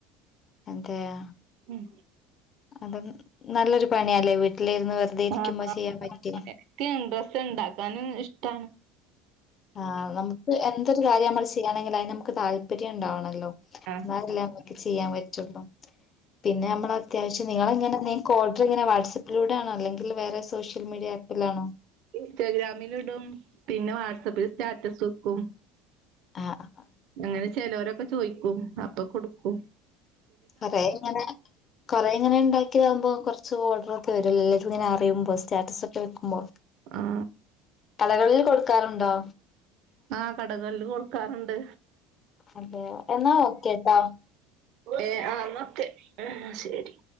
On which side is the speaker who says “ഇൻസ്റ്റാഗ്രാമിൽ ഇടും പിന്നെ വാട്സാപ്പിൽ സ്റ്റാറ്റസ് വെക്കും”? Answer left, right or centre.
Right